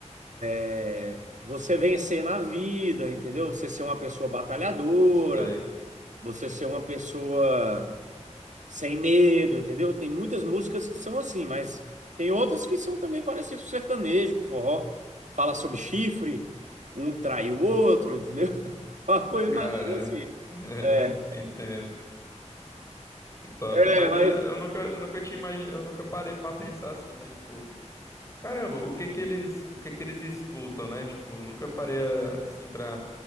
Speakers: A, on the right; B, on the left.
A: é, você vencer na vida, entendeu? Você ser uma pessoa batalhadora,
B: Hum, sei.
A: você ser uma pessoa. Sem medo, entendeu? Tem muitas músicas que são assim, mas tem outras que são também parecidas com sertanejo, com forró. Fala sobre chifre, um trai o outro, entendeu? <laughs> Uma coisa
B: Caramba.
A: mais ou menos assim.
B: <laughs>
A: É,
B: Entendo. Top.
A: é,
B: Mas
A: mas.
B: é, eu nunca, eu nunca tinha imagi- eu nunca parei pra pensar assim, né? Tipo, caramba, o que que eles, o que que eles escutam, né? Tipo, nunca parei assim pra